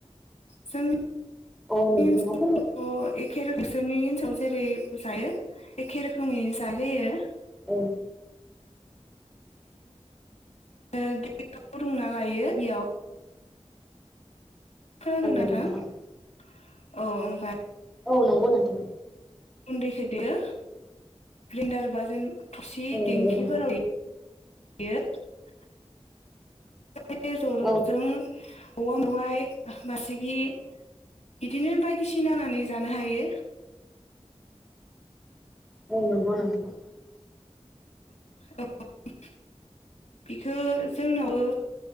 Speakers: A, on the left; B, in the centre.
A: जोंनि
B: औ नोंथाङा
A: ओनसोलावथ'एखे
B: फोरमाय
A: रोखोमैनो नोंसोरनि ओनसोलाव <unintelligible> जेरै जायो एखे रोखोमैनो जानाय जायो
B: औ
A: दै रोंना लायो बेयाव खोनादों
B: औ
A: ना नोंथां
B: नोंथां
A: औ ओमफाय
B: औ नंगौ नोंथां
A: गुन्दैखौ देयो ग्रेन्डार बा जेन थुरसि
B: औ
A: दिेंखिफोराव
B: नंगौ नोंथां
A: द <unintelligible> आ <unintelligible> जों <unintelligible>
B: औ
A: वहाय बासिगि बिदिनो बायदिसिहोनानै जानो हायो
B: औ नंगौ नोंथां
A: औ <unintelligible> बेखो जोंनाव